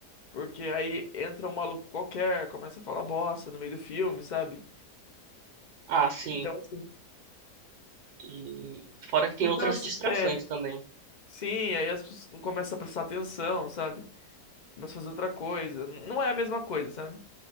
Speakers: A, on the left (about 75°); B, on the right (about 75°).
A: Porque aí entra um maluco qualquer, começa a falar bosta no meio do filme, sabe?
B: Ah, sim.
A: Então, assim,
B: E fora que tem
A: então,
B: outras
A: assim,
B: distrações
A: é.
B: também.
A: Sim, aí as pessoas não começam a prestar atenção, sabe? Começam a fazer outra coisa. Não é a mesma coisa, sabe?